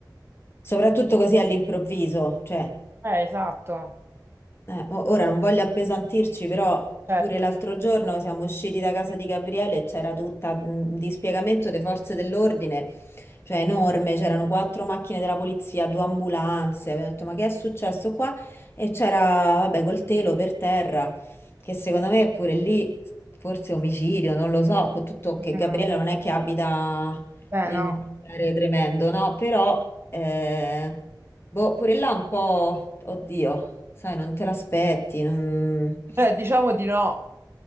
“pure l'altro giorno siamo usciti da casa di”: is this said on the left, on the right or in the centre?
Left